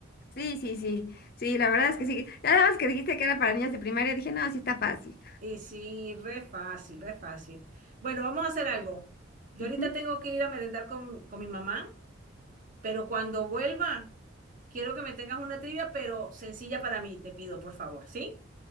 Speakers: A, on the left; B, on the right.
A: Sí, sí, sí. Sí, la verdad es que sí. Ya nada más que dijiste que era para niñas de primaria, dije, no, sí está fácil.
B: Y sí, re fácil, re fácil. Bueno, vamos a hacer algo. Yo
A: Ujú.
B: ahorita tengo que ir a merendar con, con mi mamá, pero cuando vuelva, quiero que me tengas una trivia, pero sencilla para mí, te pido, por favor, ¿sí?